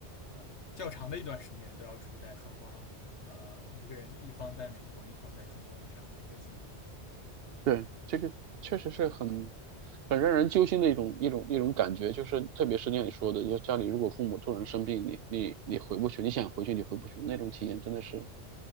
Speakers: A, on the left (about 85°); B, on the right (about 65°).
A: 呃较长的一段时间都要处在双方。呃一个人一方在美国，一方在中国的这样的一个境地。
B: 对，这个确实是很很让人揪心的一种一种一种感觉，就是特别是像你说的，就家里如果父母突然生病，你你你回不去，你想回去你回不去，那种体验真的是